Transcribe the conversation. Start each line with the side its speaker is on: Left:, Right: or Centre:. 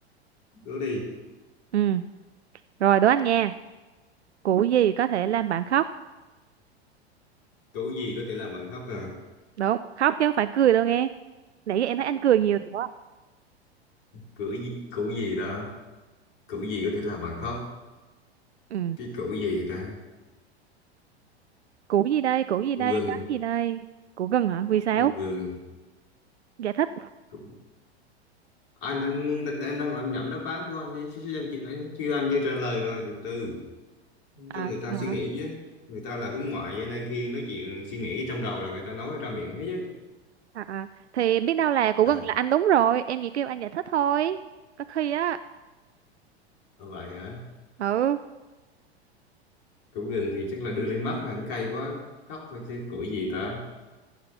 Left: đố đi.
Right: ừ rồi đố anh nghe củ gì có thể làm bạn khóc
Left: Củ gì có thể làm bạn khóc à?
Right: đúng khóc chứ không phải cười đâu nghe nãy giờ em thấy anh cười nhiều rồi đó
Left: Củ gì củ gì đó? Củ gì có thể làm bạn khóc?
Right: ừ
Left: Cái củ gì đó?
Right: củ gì đây củ gì
Left: Củ
Right: đây
Left: gừng,
Right: cái gì đây củ gừng hả vì sao
Left: củ gừng.
Right: giải thích
Left: Củ... Anh đang, đang đang đang làm nhẩm đáp án của anh chứ chứ- chứ anh, chị- anh chưa anh chưa trả lời mà từ từ cho
Right: à,
Left: người ta
Right: hả?
Left: suy nghĩ chứ. Người ta là hướng ngoại cho nên khi nói chuyện suy nghĩ trong đầu là người ta nói ra miệng hết chứ.
Right: à, à. thì biết đâu là củ
Left: À,
Right: gừng là anh đúng rồi em chỉ kêu anh giải thích thôi có khi á
Left: à, vậy hả?
Right: ừ
Left: Củ gừng thì chắc là đưa lên mắt là cũng cay quá. Khóc thôi chứ củi gì ta?